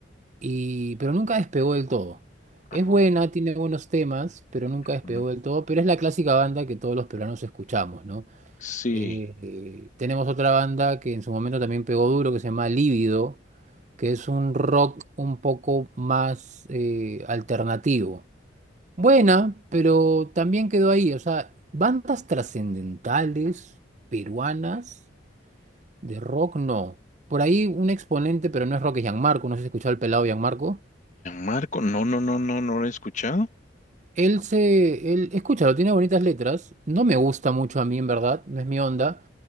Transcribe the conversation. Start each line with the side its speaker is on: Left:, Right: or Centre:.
Right: Y, pero nunca despegó del todo.
Left: ah,
Right: Es buena, tiene buenos temas, pero nunca despegó
Left: ujú.
Right: del todo. Pero es la clásica banda que todos los peruanos escuchamos, ¿no?
Left: Sí.
Right: Eh, eh, tenemos otra banda que en su momento también pegó duro, que se llama Lívido, que es un rock un poco más eh, alternativo. Buena, pero también quedó ahí. O sea, bandas trascendentales peruanas de rock, no. Por ahí un exponente, pero no es rock, es Gianmarco. No sé si has escuchado el pelado Gianmarco.
Left: Marco, no, no, no, no, no lo he escuchado.
Right: Él se, él, escúchalo, tiene bonitas letras. No me gusta mucho a mí, en verdad, no es mi onda.